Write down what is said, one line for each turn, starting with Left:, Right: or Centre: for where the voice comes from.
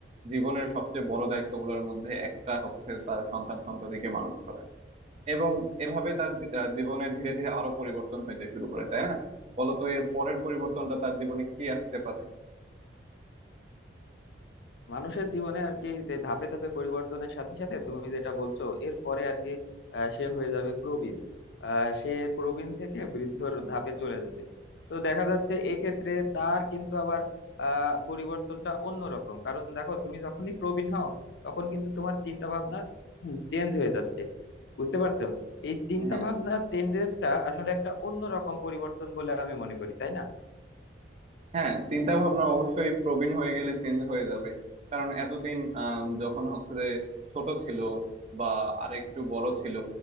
Right: জীবনের সবচেয়ে বড় দায়িত্বগুলোর মধ্যে একটা হচ্ছে তার সন্তান সন্ততিকে মানুষ করা এবং এভাবে তার দি- আহ, জীবনে ধীরে ধীরে আরো পরিবর্তন হইতে শুরু করে তাই না বলতো এর পরের পরিবর্তনটা তার জীবনে কি আসতে পারে
Left: মানুষের জীবনে আর কি যে ধাপে ধাপে পরিবর্তনের সাথে সাথে তুমি যেটা বলছো এরপরে আর কি আহ, সে হয়ে যাবে প্রবীণ আহ, সে প্রবীণ থেকে বৃদ্ধর ধাপে চলে যাবে তো দেখা যাচ্ছে এক্ষেত্রে তার কিন্তু আবার আহ পরিবর্তনটা অন্যরকম কারণ দেখো তুমি যখনই প্রবীণ হও তখন কিন্তু তোমার চিন্তা ভাবনা চেঞ্জ হয়ে যাচ্ছে বুঝতে পারছো এই চিন্তা
Right: হ্যাঁ
Left: ভাবনা চেঞ্জেরটা আসলে একটা অন্যরকম পরিবর্তন বলে আমি মনে করি তাই না
Right: হ্যাঁ চিন্তা ভাবনা অবশ্যই প্রবীণ হয়ে গেলে চেঞ্জ হয়ে যাবে কারণ এতদিন আম, যখন হচ্ছে যে ছোট ছিল বা আরেকটু বড় ছিল